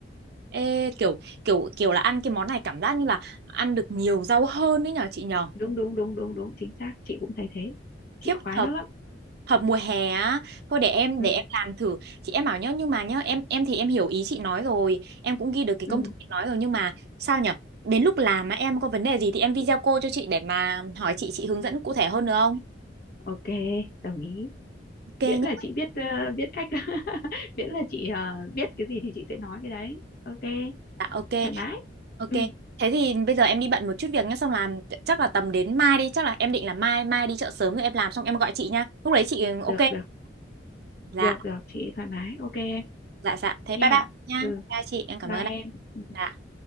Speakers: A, on the right; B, on the left.
A: Ê, kiểu kiểu kiểu là ăn cái món này cảm giác như là ăn được nhiều rau hơn đấy nhở chị nhở
B: đúng đúng đúng đúng đúng chính xác chị cũng thấy thế chị
A: khiếp
B: khoái
A: hợp
B: nó lắm
A: hợp mùa hè á thôi để em
B: ừ
A: để em làm thử chị em bảo nhá nhưng mà nhá em em thì em hiểu ý chị nói rồi em cũng ghi được cái
B: ừ
A: công thức chị nói rồi nhưng mà sao nhở đến lúc làm mà em có vấn đề gì thì em video call cho chị để mà hỏi chị chị hướng dẫn cụ thể hơn được không
B: ok đồng ý
A: ok
B: miễn
A: nhá
B: là chị biết ờ, biết cách <laughs> miễn là chị ờ, biết cái gì thì chị sẽ nói cái đấy ok
A: dạ ok
B: thoải mái
A: ok
B: ừ
A: thế thì bây giờ em đi bận một chút việc nhá xong làm chắc là tầm đến mai đi chắc là em định là mai mai đi chợ sớm rồi em làm xong em gọi chị nhá lúc đấy chị ừ,
B: được
A: ok
B: được
A: dạ
B: được được chị thoải mái ok em
A: dạ dạ thế
B: nha
A: bye bye nha
B: ừ
A: chào chị em cảm
B: bye
A: ơn
B: em
A: ạ
B: Ừ.
A: Dạ.